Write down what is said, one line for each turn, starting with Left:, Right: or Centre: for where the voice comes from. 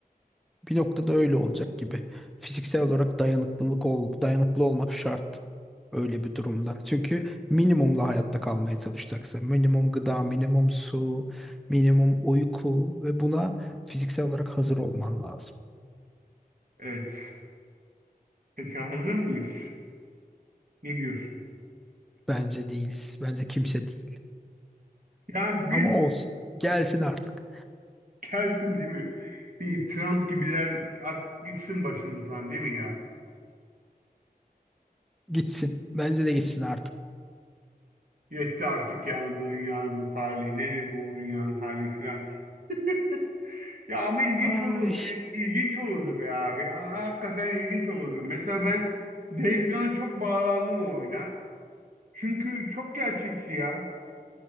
Centre: bir noktada öyle olacak gibi. Fiziksel olarak dayanıklılık ol, dayanıklı olmak şart öyle bir durumda. Çünkü minimumla hayatta kalmaya çalışacaksa minimum gıda, minimum su, minimum uyku ve buna fiziksel olarak hazır olman lazım.
Right: Evet. Peki hazır mıyız? Ne diyorsun?
Centre: Bence değiliz. Bence kimse değil.
Right: Ya bir
Centre: Ama olsun. Gelsin artık.
Right: gelsin değil mi? Bir Trump gibiler artık gitsin başımızdan değil mi ya?
Centre: Gitsin. Bence de gitsin artık.
Right: Yetti artık yani bu dünyanın bu hali. Nedir bu dünyanın hali filan. <laughs> Ya ama ilginç
Centre: Ay.
Right: olur, il- ilginç olurdu be abi. Ha- Hakikaten ilginç olurdu. Mesela ben Days Gone'a çok bağlandım o oyuna. Çünkü çok gerçekçi ya.